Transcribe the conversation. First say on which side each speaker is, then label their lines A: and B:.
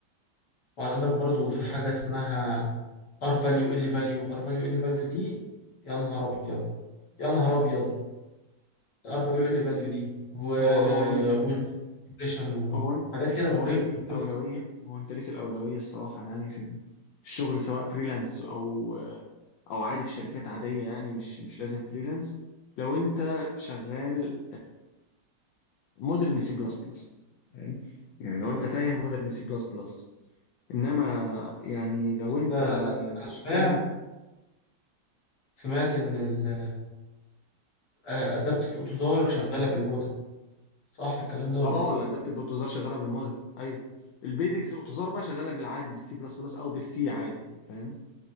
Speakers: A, on the left; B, on the left.
A: وعندك برضو في حاجة اسمها ار فاليو ال فاليو ار فاليو ال فاليو دي يا نهار ابيض يا نهار ابيض ار فاليو ال فاليو دي و
B: هو هو بيب...
A: والمانيبيوليشن
B: هو انت
A: وحاجات كده مقرفة
B: هو انت ليك
A: مقرفة
B: الاولويه هو انت ليك الاولويه الصراحه يعني في في الشغل سواء فريلانس او او عادي في شركات عاديه يعني مش مش لازم فريلانس لو انت شغال مودرن سي بلس بلس فاهم يعني لو
A: مم.
B: انت فاهم مودرن سي بلس بلس انما يعني لو انت
A: فانا انا
B: مش
A: سمعت
B: فاهم
A: سمعت ان ال آه، ادبت في اوتوزار شغالة بالموديل صح الكلام ده ولا
B: اه
A: ايه؟
B: الادابتيف اوتوزار شغاله بالموديل ايوه البيزكس اوتوزار بقى شغاله بالعادي بالسي بلس بلس او بالسي عادي فاهم